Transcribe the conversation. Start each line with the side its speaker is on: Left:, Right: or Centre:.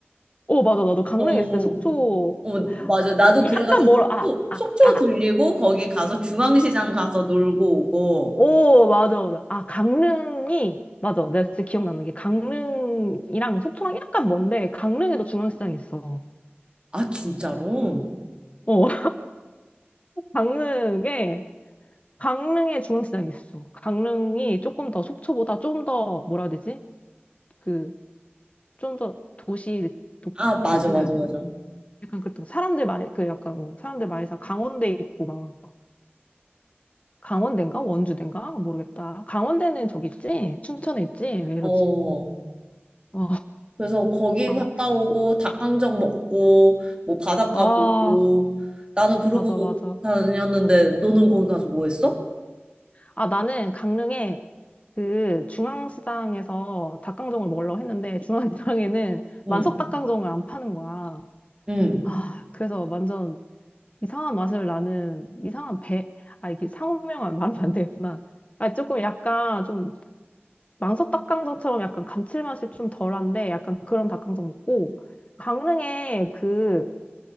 Left: 어, 맞아. 나도 강릉에
Right: 어,
Left: 있을 때 속초,
Right: 어 맞아
Left: 어,
Right: 나도 그래가지고
Left: 약간 멀어. 아,
Right: 속초,
Left: 아,
Right: 속초
Left: 아.
Right: 들리고 거기 가서 중앙시장 가서 놀고 오고
Left: 오, 맞아, 맞아. 아, 강릉이, 맞아. 내가 진짜 기억나는 게 강릉이랑 속초랑 약간 먼데, 강릉에도 중앙시장이 있어.
Right: 아 진짜로?
Left: 어. 강릉에, 강릉에 중앙시장이 있어. 강릉이 조금 더 속초보다 좀 더, 뭐라 해야 되지? 그, 좀 더 도시 느, 도-
Right: 아 맞아
Left: 느낌이라
Right: 맞아
Left: 해야 되나?
Right: 맞아
Left: 약간 그랬던, 거. 사람들 많이, 그 약간, 뭐 사람들 많이 사, 강원대 있고 막, 강원대인가? 원주대인가? 모르겠다. 강원대는 저기 있지? 춘천에 있지? 왜 이러지?
Right: 어.
Left: 어,
Right: 그래서 거기
Left: 아,
Right: 갔다 오고 닭강정 먹고 뭐 바닷가
Left: 아,
Right: 보고 나는 그러고
Left: 맞아, 맞아.
Right: 다녔는데 너는 거기 가서 뭐 했어?
Left: 아, 나는 강릉에 그 중앙시장에서 닭강정을 먹으려고 했는데, 중앙시장에는
Right: 응.
Left: 만석 닭강정을 안 파는 거야.
Right: 응.
Left: 아, 그래서 완전 이상한 맛을 나는 이상한 배, 아, 이게 상호명은 말하면 안 되겠구나. 아, 조금 약간 좀 망석 닭강정처럼 약간 감칠맛이 좀 덜한데 약간 그런 닭강정 먹고 강릉에 그